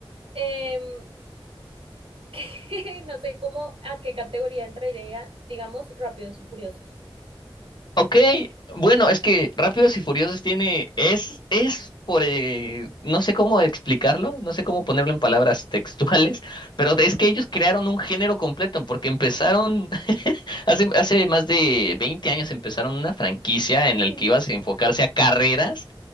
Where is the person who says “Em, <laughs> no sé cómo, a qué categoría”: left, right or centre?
Right